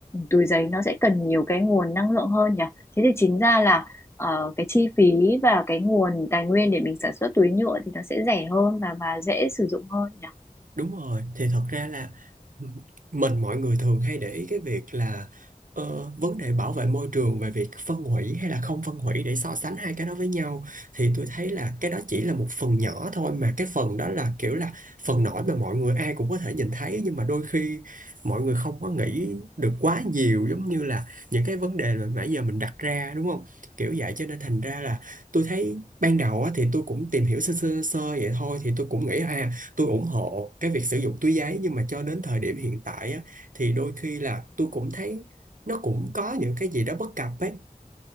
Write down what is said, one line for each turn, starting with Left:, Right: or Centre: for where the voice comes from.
Left: túi giấy nó sẽ cần nhiều cái nguồn năng lượng hơn nhỉ. Thế thì chính ra là ờ, cái chi phí và cái nguồn tài nguyên để mình sản xuất túi nhựa thì nó sẽ rẻ hơn và và dễ sử dụng hơn nhỉ?
Right: Đúng rồi, thì thật ra là m- mình mọi người thường hay để ý cái việc là ờ, vấn đề bảo vệ môi trường về việc phân hủy hay là không phân hủy để so sánh hai cái đó với nhau thì tôi thấy là cái đó chỉ là một phần nhỏ thôi mà cái phần đó là kiểu là phần nổi mà mọi người ai cũng có thể nhìn thấy nhưng mà đôi khi mọi người không có nghĩ được quá nhiều giống như là những cái vấn đề mà nãy giờ mình đặt ra đúng không? Kiểu vậy cho nên thành ra là tôi thấy ban đầu á, thì tôi cũng tìm hiểu sơ sơ sơ vậy thôi thì tôi cũng nghĩ à tôi ủng hộ cái việc sử dụng túi giấy nhưng mà cho đến thời điểm hiện tại á, thì đôi khi là tôi cũng thấy nó cũng có những cái gì đó bất cập ấy